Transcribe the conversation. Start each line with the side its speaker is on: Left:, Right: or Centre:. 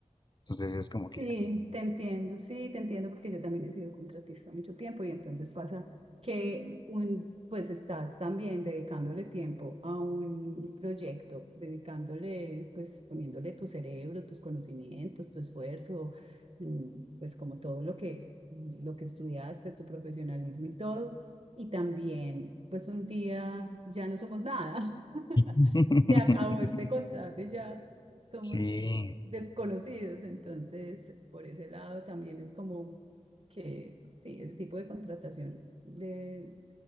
Left: Entonces es como que...
Right: Sí, te entiendo, sí, te entiendo porque yo también he sido contratista mucho tiempo y entonces pasa que un, pues estás también dedicándole tiempo a un proyecto, dedicándole, pues poniéndole tu cerebro, tus conocimientos, tu esfuerzo, mm, pues como todo lo que, lo que estudiaste, tu profesionalismo y todo. Y también, pues un día ya no somos nada. <laughs>
Left: <laughs>
Right: Se acabó este contrato y ya somos
Left: Sí.
Right: desconocidos. Entonces, por ese lado también es como que, sí, el tipo de contratación de,